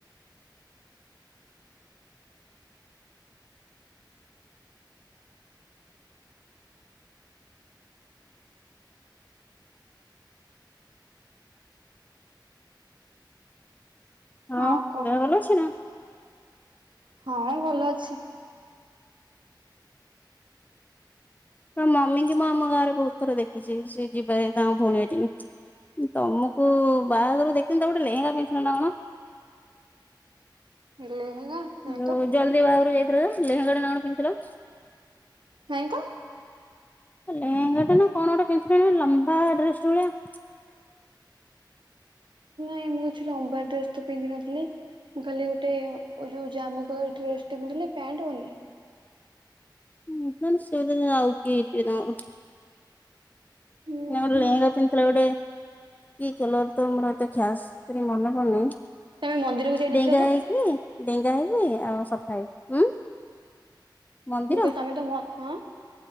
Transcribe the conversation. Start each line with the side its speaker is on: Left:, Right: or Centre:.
Left: ହଁ
Right: ଆଉ କଣ
Left: ଦେହ
Right: କୁହ?
Left: ଭଲ ଅଛି ନା।
Right: ହଁ ଭଲ ଅଛି।
Left: ତୋ ମମିଙ୍କି ମୁଁ ଆମ ଗାଁରେ ବହୁତ ଥର ଦେଖିଛି ସେ ଯିବାରେ ତାଙ୍କ ଭଉଣୀ ଘଠିକି। ତମକୁ ବାହାଘରରେ ଦେଖିଥିଲି ତମେ ଗୋଟେ ଲେହେଙ୍ଗା ପିନ୍ଧିଥିଲ ନା କଣ?
Right: ଲେହେଙ୍ଗା ନାଇଁ
Left: ଯୋଉ
Right: ତ।
Left: ଜଲଦି ବାହାଘରକୁ ଯାଇଥିଲନା ଲେହେଙ୍ଗା ଟେ ନା କଣ ପିନ୍ଧିଥିଲ।
Right: ନାଇଁ ତ।
Left: ଲେହେଙ୍ଗା ଟେନା କଣ ଗୋଟେ ପିନ୍ଧିଥିଲ ଲମ୍ବା ଡ୍ରେସଟେ ଭଳିଆ।
Right: ନାଇଁ ମୁଁ କିଛି ଲମ୍ବା ଡ୍ରେସ ତ ପିନ୍ଧିନଥିଲି। ମୁଁ ଖାଲି ଗୋଟେ ଓ ଯୋଉ ଜାମୁ କଲର ଡ୍ରେସଟେ ପିନ୍ଧିଥିଲି ପ୍ୟାଣ୍ଟ, ଓନି।
Left: ହୁଁ ନହଲେ ସେ ବୋଧେ ଆଉ କିଏ ହେଇଥିବେ ତାଙ୍କର।
Right: ହୁଁ
Left: ନାଁ
Right: ହୁଁ
Left: ଗୋଟେ ଲେହେଙ୍ଗା ପିନ୍ଧିଥିଲା ଗୋଟେ କି କଲର ତ ମୋର ଏତେ ଖ୍ୟାସ କାଇଁ ମନେ ପଡ଼ୁନି,
Right: ତମେ ମନ୍ଦିରକୁ ଯାଇନଥିଲ
Left: ଡେଙ୍ଗା
Right: ତ
Left: ହେଇକି। ଡେଙ୍ଗା ହେଇକି ଆଉ ସଫା ହେଇ ଉଁ। ମନ୍ଦିର
Right: ମୁଁ କହିଲ ତମେ ତ ମ ହଁ